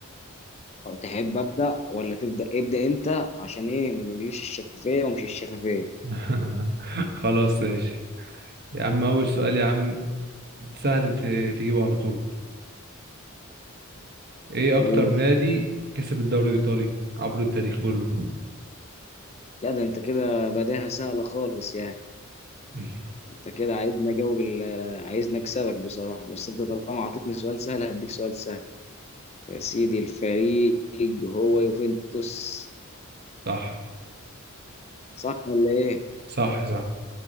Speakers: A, on the left (about 30°); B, on the right (about 50°).
A: تحب ابدا ولا تبدا ابدا انت عشان ايه ما تقوليش الشفافيه ومش الشفافيه
B: <laughs> خلاص ماشي يا عم اول سؤال يا عم سهل ت- تجيبه على طول ايه
A: قول
B: اكتر نادي كسب الدوري الايطالي عبر التاريخ كله
A: لا ده انت كده بداها سهله خالص يعني
B: <laughs>
A: انت كده عايزني اجاوب ال- عايزني اكسبك بصراحه بس انت طالما اعطيتني سؤال سهل هديك سؤال سهل يا سيدي الفريق هو يوفنتوس
B: صح
A: صح ولا ايه
B: صح صح